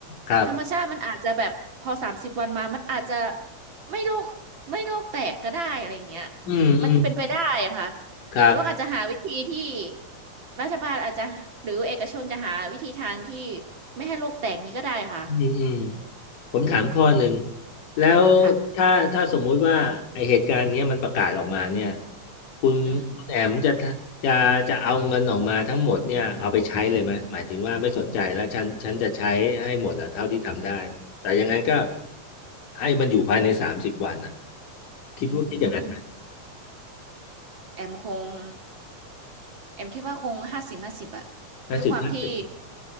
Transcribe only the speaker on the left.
ครับ
อืมอืม
ครับ
อืมอืม
ผมถามข้อหนึ่งแล้วถ้าถ้าสมมุติว่าไอเหตุการณ์เนี้ยมันประกาศออกมาเนี่ย
คุณคุณแอมจะจะจะเอาเงินออกมาทั้งหมดเนี่ยเอาไปใช้เลยไหมหมายถึงว่าไม่สนใจแล้วฉันฉันจะใช้ให้หมดอะเท่าที่ทำได้แต่ยังไงก็
ให้มันอยู่ภายในสามสิบวันอะคิดว่าคิดอย่างนั้นไหม
ห้าสิบห้าสิบ